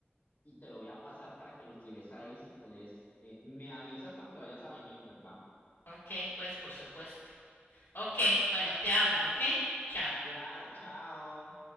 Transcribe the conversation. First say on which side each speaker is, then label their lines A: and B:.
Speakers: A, on the left (about 65°); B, on the left (about 80°).
A: y te lo voy a pasar para que los lleves ahí si podés. Eh, me avisas cuando te vayas a venir, ¿verdad?
B: Ok, pues por supuesto. Ok, bueno, te hablo, ¿ok? Chao.
A: Gra- chao.